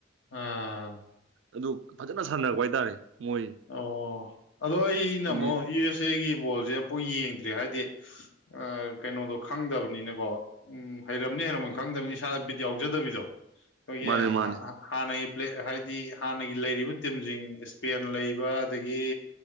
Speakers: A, on the left; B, on the right.
A: ꯑꯥ <unintelligible> <inaudible>
B: ꯑꯗꯨ ꯐꯖꯅ ꯁꯥꯟꯅꯔꯛꯄ ꯍꯥꯏꯇꯥꯔꯦ ꯃꯣꯏ
A: ꯑꯣ ꯑꯗꯣ ꯑꯩ ꯅꯃꯣ
B: ꯍꯧꯖꯤꯛ
A: ꯌꯨ ꯑꯦꯁ ꯁꯤꯦꯒꯤ ꯕꯣꯜꯁꯦ ꯑꯃꯐꯥꯎ ꯌꯦꯡꯗ꯭ꯔꯤ ꯍꯥꯏꯗꯤ ꯑ ꯀꯩꯅꯣꯗꯣ ꯈꯪꯗꯕꯅꯤꯅꯀꯣ ꯎꯝ ꯍꯩꯔꯝꯅꯤ ꯍꯩꯔꯝꯃꯣꯏ ꯈꯪꯗꯕꯅꯤ ꯏꯁꯥꯗ ꯕꯤꯠ ꯌꯥꯎꯖꯗꯕꯤꯗꯣ ꯑꯩꯈꯣꯏꯒꯤ
B: ꯃꯥꯅꯦ ꯃꯥꯅꯦ
A: ꯍꯥꯟꯅꯒꯤ꯭ꯂ ꯍꯥꯏꯗꯤ ꯍꯥꯟꯅꯒꯤ ꯂꯩꯔꯤꯕ ꯇꯤꯝꯁꯤꯡ ꯏꯁꯄꯦꯟ ꯂꯩꯕ ꯑꯗꯒꯤ